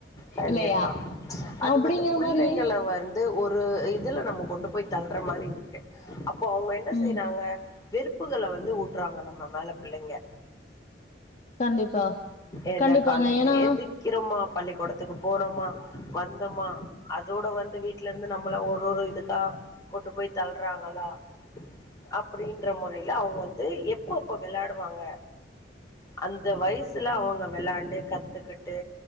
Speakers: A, on the left; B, on the left.
A: கண்டிப்பா
B: இல்லையா
A: அது
B: அப்படிங்கிற
A: வந்து பிள்ளைங்க
B: மாரி
A: வந் து ஒரு இதுல நம்ம கொண்டு போய் தள்ளுற மாரி இருக்கு அப்போ அவங்க என்ன
B: ம்
A: செய்றாங்க வெருப்புகள வந்து ஊட்டுறாங்க நம்ம மேல பிள்ளைங்க
B: கண்டிப்பா
A: என்ன
B: கண்டிப்பாங்க.
A: காலையில
B: ஏன்னா
A: எந்திக்கிரமா பள்ளிக்கூடத்துக்கு போறோமா வந்தோமா அதோட வந்து வீட்ல இருந்து நம்மள ஒரு ஒரு இதுக்கா கொண்டு போய் தள்ளுறாங்களா அப்டின்ற முறையில அவங்க வந்து எப்ப இப்ப விளையாடுவாங்க அந்த வயசு ல அவங்க விளையாண்டு கத்துக்கிட்டு